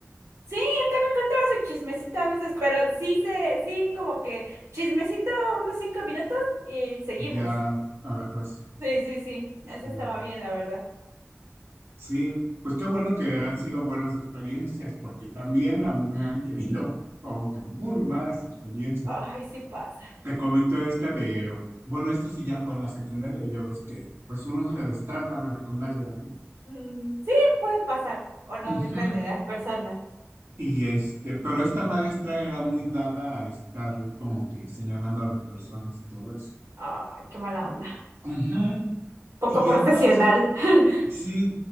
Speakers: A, on the right; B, on the right.
A: Sí, él también contaba su chismecito a veces, pero sí se, sí como que chismecito unos cinco minutos y seguimos.
B: Ya a la clase.
A: Sí, sí, sí, eso
B: Sí.
A: estaba bien, la verdad.
B: Sí, pues qué bueno que han sido buenas experiencias, porque también a mí me han tenido <laughs> como que muy malas experiencias.
A: Ay, sí pasa.
B: Te comento esta de, bueno, esto sí ya fue en la secundaria, ya ves que pues uno se destampa en la secundaria, ¿no?
A: Mm, sí, puede pasar. O no,
B: Ujú.
A: depende de las personas.
B: Y este, pero esta maestra era muy dada a estar como que señalando a las personas y todo eso.
A: Ay, qué mala onda.
B: Ujú.
A: Poco
B: Y
A: profesional.
B: entonces,
A: <laughs>
B: Sí,